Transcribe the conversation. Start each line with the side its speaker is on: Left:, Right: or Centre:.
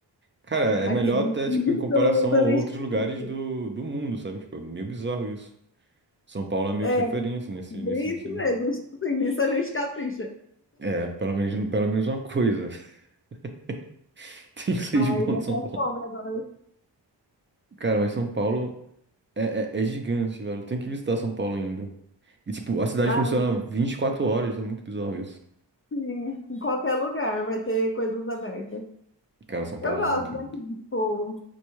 Right: Cara, é
Left: Aqui,
Right: melhor até,
Left: nisso,
Right: tipo, em comparação
Left: pelo menos
Right: a
Left: a
Right: outros
Left: gente capricha.
Right: lugares do, do mundo, sabe? Tipo, é meio bizarro isso. São Paulo é meio
Left: É,
Right: que referência nesse,
Left: bem
Right: nesse sentido.
Left: isso mesmo. Assim, nisso a gente capricha.
Right: É, pelo menos, pelo menos uma coisa. <laughs> Tem que sair
Left: Ai,
Right: de bom
Left: dá
Right: de
Left: até
Right: São Paulo.
Left: fome agora.
Right: Cara, mas São Paulo é, é, é gigante, velho. Tem que visitar São Paulo ainda. E, tipo, a cidade
Left: Ai,
Right: funciona 24 horas, é muito bizarro isso.
Left: sim, em qualquer lugar vai ter coisas abertas.
Right: Cara, São Paulo
Left: Eu gosto
Right: é muito,
Left: daqui,
Right: muito.
Left: tipo,